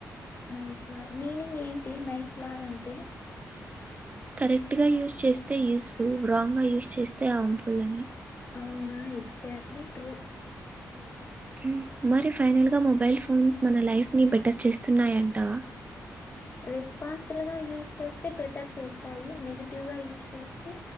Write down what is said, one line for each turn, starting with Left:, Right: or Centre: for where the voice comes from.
Left: నైఫ్లా మీనింగ్ ఏంటి నైఫ్ లాగా అంటే
Right: కరెక్ట్‌గా యూజ్ చేస్తే యూస్ఫుల్ రాంగ్‌గా యూజ్ చేస్తే అంఫుల్ అని
Left: అవునా ఎగ్జాక్ట్లీ ట్రు
Right: ఉమ్ మరి ఫైనల్ గా మొబైల్ ఫోన్స్ మన లైఫ్ ని బెటర్ చేస్తున్నాయంటావా
Left: <unintelligible> రెస్పాన్సిబుల్గా యూస్ చేస్తే బెటర్ చేస్తాయి నెగిటివ్ గా యూస్ చేస్తే